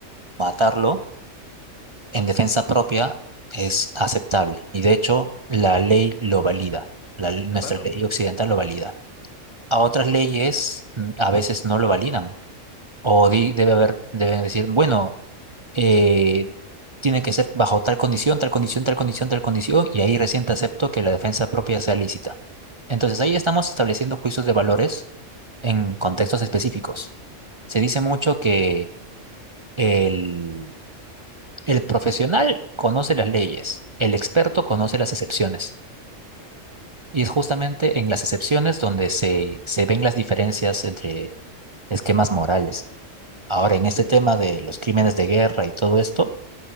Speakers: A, on the right; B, on the left.
A: matarlo en defensa propia es aceptable. Y de hecho, la ley lo valida. La- nuestra
B: Claro,
A: ley occidental lo valida. A otras
B: por supuesto.
A: leyes mm, a veces no lo validan. O di- debe haber, deben decir, bueno. eh, tiene que ser bajo tal condición, tal condición, tal condición, tal condición, y ahí recién te acepto que la defensa propia sea lícita. Entonces ahí estamos estableciendo juicios de valores en contextos específicos. Se dice mucho que el, el profesional conoce las leyes, el experto conoce las excepciones. Y es justamente en las excepciones donde se, se ven las diferencias entre esquemas morales. Ahora, en este
B: Sí,
A: tema de los crímenes de guerra y todo esto,